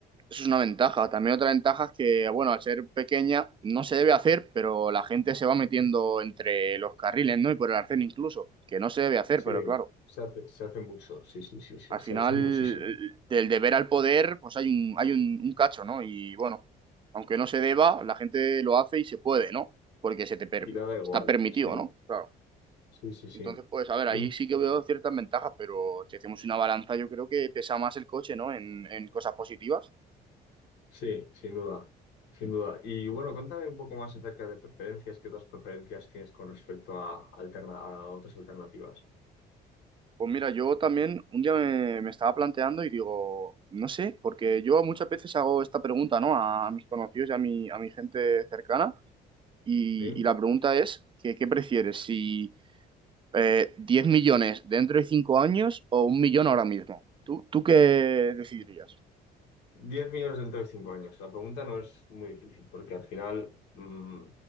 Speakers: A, on the right (about 30°); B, on the left (about 80°).
A: eso es una ventaja. También otra ventaja es que, bueno, al ser pequeña no se debe hacer, pero la gente se va metiendo entre los carriles, ¿no? Y por el arcén incluso, que no se debe hacer,
B: Sí,
A: pero claro.
B: se hace, se hace mucho, sí, sí, sí, sí,
A: Al
B: se
A: final,
B: hace <laughs> muchísimo.
A: del deber al poder, pues hay un, hay un, un cacho, ¿no? Y bueno, aunque no se deba, la gente lo hace y se puede, ¿no? Porque se te per-
B: Y nada igual,
A: está permitido,
B: sí,
A: ¿no? Claro.
B: sí, sí, sí.
A: Entonces, pues, a ver,
B: Y
A: ahí sí que veo ciertas ventajas, pero si hacemos una balanza, yo creo que pesa más el coche, ¿no? En, en cosas positivas.
B: Sí, sin duda, sin duda. Y bueno, cuéntame un poco más acerca de preferencias, qué otras preferencias tienes con respecto a, alterna- a otras alternativas.
A: Pues mira, yo también un día me, me estaba planteando y digo, no sé, porque yo muchas veces hago esta pregunta, ¿no? A mis conocidos y a mi, a mi gente cercana. Y,
B: ¿Sí?
A: y la pregunta es, ¿qué, qué prefieres? Si Eh, ¿10 millones dentro de 5 años o un millón ahora mismo? ¿Tú, tú qué decidirías?
B: diez millones dentro de 5 años. La pregunta no es muy difícil porque al final, mm,